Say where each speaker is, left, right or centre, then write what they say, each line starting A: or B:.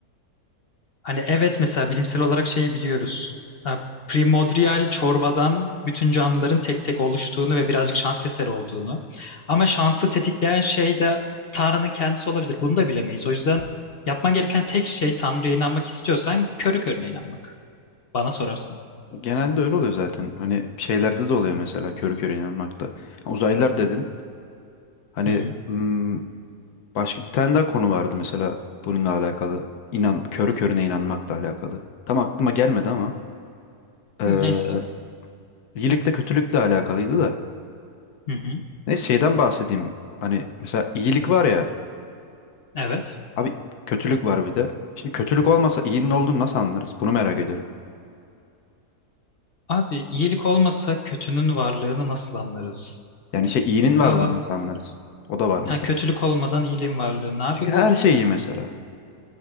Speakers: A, on the left; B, on the left.
A: Hani evet mesela bilimsel olarak şeyi biliyoruz. Ha, Primordial çorbadan bütün canlıların tek tek oluştuğunu ve birazcık şans eseri olduğunu. Ama şansı tetikleyen şey de Tanrı'nın kendisi olabilir. Bunu da bilemeyiz. O yüzden yapman gereken tek şey Tanrı'ya inanmak istiyorsan körü körüne inanmak. Bana sorarsan.
B: Genelde öyle oluyor zaten. Hani şeylerde de oluyor mesela körü körü inanmakta. Ha, Uzaylılar dedin. Hani
A: Hı hı. Hı,
B: hmm, başka bir tane daha konu vardı mesela bununla alakalı. İnan, körü körüne inanmakla alakalı. Tam aklıma gelmedi ama eee,
A: Neyse.
B: iyilikle kötülükle alakalıydı da.
A: Hı hı.
B: Neyse şeyden bahsedeyim. Hani mesela iyilik var ya.
A: Evet.
B: Abi kötülük var bir de. Şimdi kötülük olmasa iyinin olduğunu nasıl anlarız? Bunu merak ediyorum.
A: Abi iyilik olmasa kötünün varlığını nasıl anlarız?
B: Yani şey iyinin varlığını
A: Aa,
B: nasıl anlarız? O da var mesela.
A: ha, kötülük olmadan iyiliğin varlığını. Abi
B: Çünkü her
A: bu
B: şey iyi mesela.